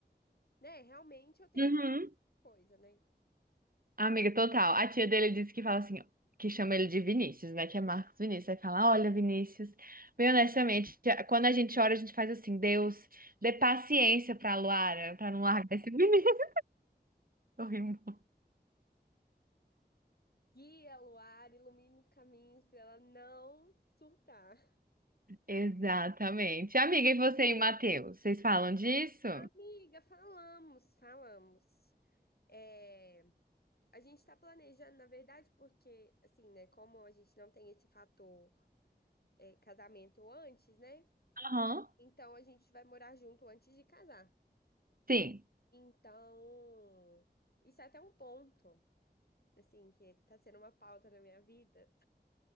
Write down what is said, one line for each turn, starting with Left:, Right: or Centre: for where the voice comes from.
Left: né? Realmente eu tenho
Right: Uhum.
Left: que coisa, né?
Right: Amiga, total. A tia dele disse que fala assim, que chama ele de Vinícius, né? Que é Marcos Vinícius. Aí fala, olha, Vinícius, bem honestamente, tia- quando a gente ora, a gente faz assim, Deus, dê paciência pra Luara, pra não largar esse menino. <laughs> Eu ri muito.
Left: Guia Luar, ilumina os caminhos pra ela não surtar.
Right: Exatamente. Amiga, e você e o Matheus, vocês falam disso?
Left: Amiga, falamos, falamos. É. A gente está planejando, na verdade, porque, assim, né, como a gente não tem esse fator, é, casamento antes, né?
Right: Aham.
Left: Então a gente vai morar junto antes de casar.
Right: Sim.
Left: Então, isso é até um ponto, assim, que tá sendo uma pauta na minha vida,